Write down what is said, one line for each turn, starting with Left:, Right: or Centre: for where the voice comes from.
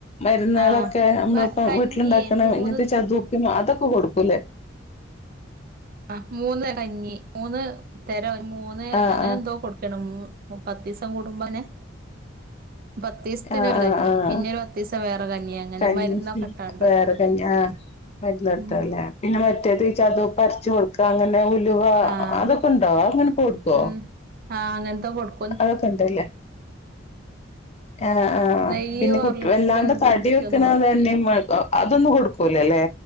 Left: മരുന്നുകളൊക്കെ
Right: ആഹ്
Left: നമ്മളിപ്പം
Right: കഞ്ഞിയേ
Left: വീട്ടിലുണ്ടാക്കണ
Right: മൂന്ന്
Left: ഇങ്ങനതെ ചെറുതു <unintelligible> അതൊക്കെ കൊടുക്കൂല്ലേ
Right: ആഹ് മൂന്ന് കഞ്ഞി മൂന്ന് തെര മൂന്ന്
Left: ആഹ്
Right: അങ്ങനെ
Left: ആഹ്
Right: എന്തോ കൊട്- ക്കണം പത്തിസം കൂടുമ്പോനെ പത്തീസത്തിനൊരു
Left: ആഹ് ആഹ്
Right: കഞ്ഞി
Left: ആഹ്
Right: പിന്നെ ഒരു പത്തീസം വേറെ കഞ്ഞി അങ്ങനെ
Left: കഞ്ഞി
Right: മരുന്നൊക്കെ ഇട്ടാണ്ട്
Left: വേറെ കഞ്ഞി ആ മരുന്നിട്ടല്ലേ
Right: ഉം
Left: പിന്നെ മറ്റേത് ചതുപ്പരച്ച് കൊടുക്ക അങ്ങനെ ഉലുവ
Right: ആഹ്
Left: അതൊക്കെ ഉണ്ടോ അങ്ങനെ കൊടുക്കോ
Right: ഉം ആഹ് അങ്ങനത്തേ കൊടു-
Left: അതൊക്കെ ഉണ്ട്ല്ലേ ആഹ് ആ
Right: നെയ്യ്
Left: പിന്നെ
Right: ഹോർലിക്സ്
Left: കു വല്ലാണ്ട് തടി
Right: ബൂസ്റ്റ്
Left: വെക്കുന്നത്
Right: ഒന്നും കൊടുക്കൂല
Left: തന്നെ <unintelligible> അതൊന്നും കൊടുക്കലല്ലേ